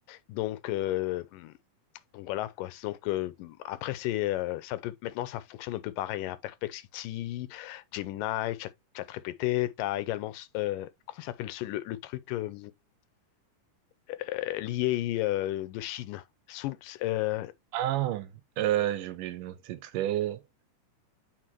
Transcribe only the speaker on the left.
Donc, euh, Donc voilà quoi. Donc euh, après c'est euh, ça peut maintenant ça fonctionne un peu pareil à Perplexity, Gemini, Chat ChatGPT, tu as également euh, comment s'appelle ce- le, le truc euh, euh, lié euh, de Chine. Sous, euh,